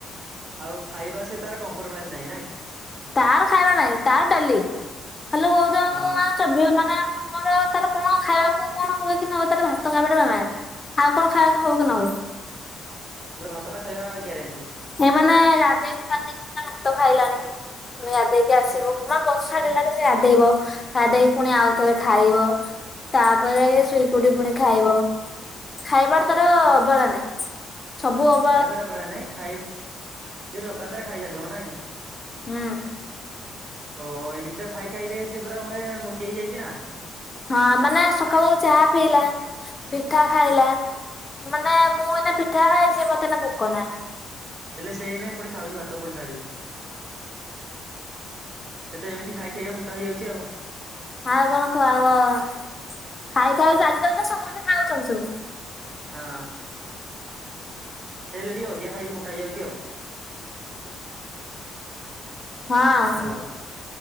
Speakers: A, on the right; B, on the left.
A: ଆଉ ଖାଇବା ସେ ତାର କମ୍ପ୍ରୋମାଇଜ ନାହିଁ ନାଇଁ କି?
B: ତାର ଖାଇବା ନାହିଁ ତାର ଡାଲି, ଖାଲି ହଉଥିବ
A: ହଁ
B: ମୋ ମାଆ ସବୁବେଳେ ମାନେ ମୋର ତାର କଣ ଖାଇବାକୁ କଣ ହୁଏ କି ନ ହୁଏ ତାର ଭାତ ଖାଇବାଟା <inaudible> ନାହିଁ। ଆଉ କଣ ଖାଇବାକୁ ହଉ କି ନ ହଉ।
A: ହେଲେ ଭାତଟା ଖାଇବା ଗ୍ୟାରେଣ୍ଟି।
B: ସେ ମାନେେ ରାଧେଇନି ପାଧେଇନି ଏଇନା ଭାତ ଖାଇଲାଣି। ପୁଣି ଗାଧେଇକି ଆସିବ ପୁରା ବର୍ଷା <unintelligible> ଗାଧେଇବ। ଗାଧେଇକି ପୁଣି ଆଉ ଥରେ ଖାଇବ, ତାପରେ ଯାଇକି ଶୋଇକି ଉଠି ପୁଣି ଖାଇବ। ଖାଇବାରେ ତାର-ଅ-ଅ-ଅ ଅବହେଳା ନାହିଁ ସବୁ ଅବ୍
A: ଖାଇବା ପିଇବାରେ ଅବହେଳା ନାଇଁ, ଖାଇ ସେ ଲଗାତାର ଖାଇ ଚାଲିଥିବ ନାଇଁ କି?
B: ହୁଁ।
A: ଓ-ଓ-ଓ ଏମିତିଆ ଖାଇ ଖାଇ ସେ ପୁରା ମାନେ ମୋଟି ହେଇଯାଇଛି ନା।
B: ହଁ ମାନେ ସକାଳୁ ଚାହା ପିଇଲା, ପିଠା ଖାଇଲା। ମାନେ ମୁଁ ଏଇନା ପିଠା ଖାଇଛି ମତେ ଏଇନା ଭୋକ ନାହିଁ।
A: ହେଲେ ସେ ଏଇନେ ପୁଣି ଖାଉଛି ଭାତ ପୁଣି ଖାଇଲାଣି। ସେ ତ ଏମିତି ଖାଇ ଖାଇକା ମୋଟା ହେଇଯାଉଛି ଆଉ।
B: ଆଉ କଣ କହ <inaudible> ଖାଇ-ଖାଇ ଆଜିକାଲି ତ ସମସ୍ତେ ଖାଉଛନ୍ତି ସୁ
A: ହଁ। ସେ ହେଲେ ଟିକେ ଅଧିକା ଖାଇକି ମୋଟା ହେଇ ଯାଉଛି ଆଉ‌
B: ହଁ
A: ହ୍ୟାଲୋ,